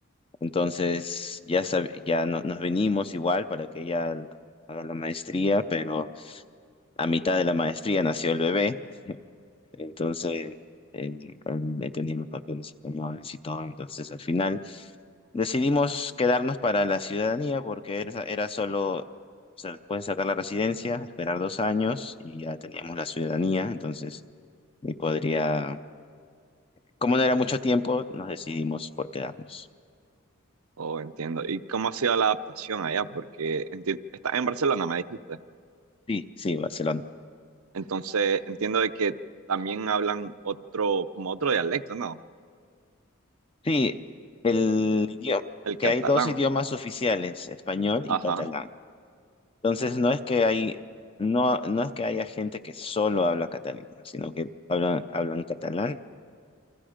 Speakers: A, on the left (about 25°); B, on the right (about 85°).
A: Entonces ya, sab- ya no- nos venimos igual para que ella haga la maestría, pero a mitad de la maestría nació el bebé. <laughs> Entonces, eh, he tenido los papeles españoles y todo. Entonces, al final decidimos quedarnos para la ciudadanía porque era, era solo, o sea, pueden sacar la residencia, esperar dos años y ya teníamos la ciudadanía. Entonces, y podría, como no era mucho tiempo, nos decidimos por quedarnos.
B: Oh, entiendo. ¿Y cómo ha sido la adaptación allá? Porque enti- estás en Barcelona, me dijiste.
A: Sí, sí, Barcelona.
B: Entonces, entiendo de que también hablan otro, como otro dialecto, ¿no?
A: Sí, el idioma,
B: El
A: que
B: catalán,
A: hay dos idiomas oficiales, español y
B: ajá,
A: catalán. Entonces no es que hay, no, no es que haya gente que solo habla catalán, sino que hablan, hablan catalán.